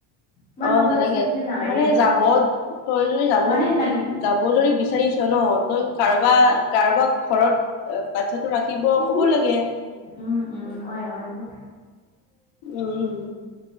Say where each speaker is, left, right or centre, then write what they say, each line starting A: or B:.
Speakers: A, on the left (about 15°); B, on the left (about 75°).
A: ইমান
B: আহ
A: সৰু
B: নালাগে
A: বাচ্ছা থাকিলে নালাগে
B: মানে যাব তই যদি যাব
A: মানে লাগ
B: যাব যদি বিচাৰিছ ন তই কাৰোবা কাৰোবাক ঘৰত বাচ্ছাটো ৰাখিব
A: উ
B: কব লাগে
A: উম উম হয় হয় হয়
B: উম।